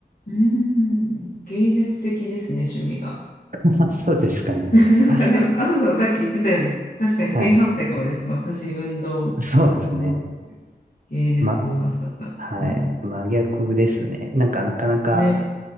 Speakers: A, on the left; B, on the right.
A: うん芸術的ですね、趣味が。
B: <laughs> まあ、そうですかね。
A: <laughs> なんかでも、
B: <laughs>
A: 朝さんさっき言ってたように、確かに正反対かもですね。
B: はい。
A: 私、運動、
B: そうですね。
A: 運動芸術の朝さん。
B: ま、はい。
A: うん。
B: 真逆ですね。なんか、なかなか、
A: ね。